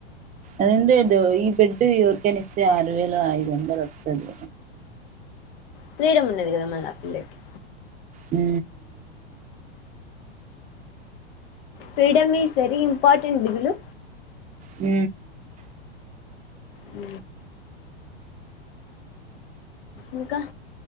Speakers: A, on the right (about 25°); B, on the left (about 55°).
A: అదింట ఇ ఈ బెడ్డు ఇవర్కనిస్తే ఆరు వేలు ఐదు గంటలు వక్తుది
B: ఫ్రీడమ్ ఉన్నది కదమ్ నా పిల్లకి
A: హ
B: ఫ్రీడమ్ ఈస్ వెరీ ఇంపార్టెంట్ బిగులు
A: హ
B: ఆ ఇంకా